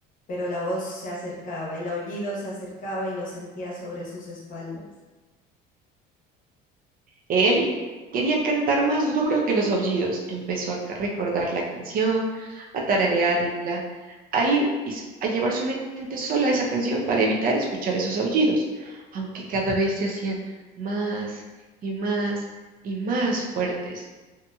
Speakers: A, on the left; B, on the right.
A: Pero la voz se acercaba, el aullido se acercaba y lo sentía sobre sus espaldas.
B: Él quería cantar más duro que los aullidos. Empezó a recordar la canción, a tararearla, a ir y s- a llevar su mente sola a esa canción para evitar escuchar esos aullidos, aunque cada vez se hacían más y más y más fuertes.